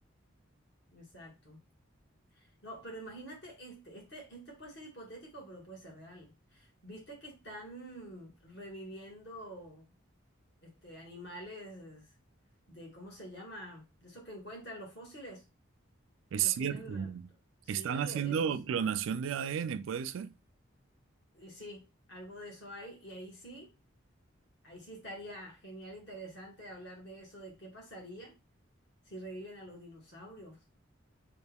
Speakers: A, on the left; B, on the right.
A: exacto. No, pero imagínate este, este, este puede ser hipotético, pero puede ser real. ¿Viste que están reviviendo este, animales de, ¿cómo se llama? De esos que encuentran los fósiles,
B: Es
A: los
B: cierto,
A: quieren, eh, sí,
B: están haciendo
A: e- esos,
B: clonación de ADN, ¿puede ser?
A: y sí, algo de eso hay, y ahí sí, ahí sí estaría genial, interesante hablar de eso, de qué pasaría si reviven a los dinosaurios.